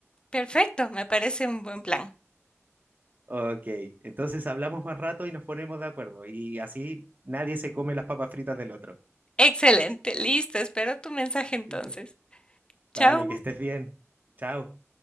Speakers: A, on the left; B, on the right.
A: Perfecto, me parece un buen plan.
B: Ok, entonces hablamos más rato y nos ponemos de acuerdo y así nadie se come las papas fritas del otro.
A: Excelente, listo, espero tu mensaje entonces.
B: ¿Listo? Vale,
A: Chao.
B: que estés bien. Chao.